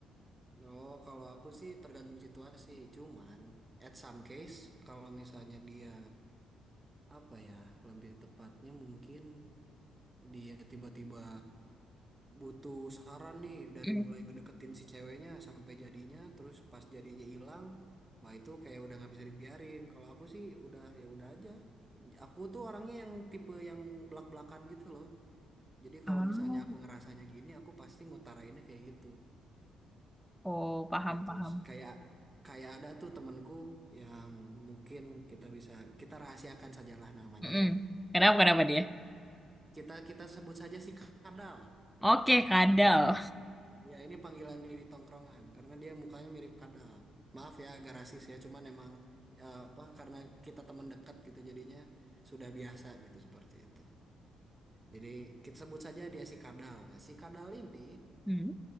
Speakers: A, on the right; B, in the centre.
A: oh kalau aku sih tergantung situasi. Cuman at some case kalau misalnya dia apa ya lebih tepatnya mungkin dia tiba-tiba butuh saran nih dari
B: Mm.
A: mulai ngedeketin si ceweknya sampai jadinya, terus pas jadinya hilang, wah itu kayak udah nggak bisa dibiarin. Kalau aku sih udah ya udah aja. Aku tuh orangnya yang tipe yang belak-belakan gitu loh. Jadi
B: Ah,
A: kalau misalnya aku ngerasanya gini, aku pasti ngutarainnya kayak gitu,
B: oh, paham,
A: gitu.
B: paham.
A: Kayak kayak ada tuh temenku yang mungkin kita bisa kita rahasiakan sajalah namanya
B: Mm-mm.
A: ya.
B: Kenapa kenapa dia?
A: Kita kita sebut saja si Kadal.
B: Oke, kadal.
A: Ya ini panggilan dia di tongkrongan karena dia mukanya mirip Kadal. Maaf ya agak rasis ya, cuman emang eh, apa karena kita teman dekat gitu jadinya sudah biasa gitu seperti itu. Jadi kita sebut saja dia si Kadal. Nah si Kadal ini
B: Hmm,